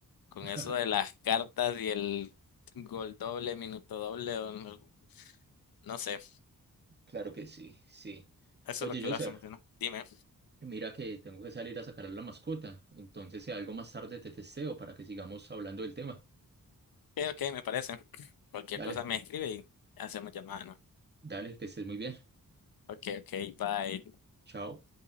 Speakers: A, on the left; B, on the right.
A: Con
B: <laughs>
A: eso de las cartas y el gol doble, minuto doble, o no, no sé,
B: Claro que sí, sí.
A: eso
B: Oye,
A: es lo que
B: Joser,
A: lo hace emocionante. Dime,
B: mira que tengo que salir a sacar a la mascota, entonces si algo más tarde te testeo para que sigamos hablando del tema.
A: ok, ok, me parece. Cualquier
B: Dale,
A: cosa me escribe y hacemos llamada, ¿no?
B: dale, que estés muy bien.
A: Ok, ok, bye.
B: Chao.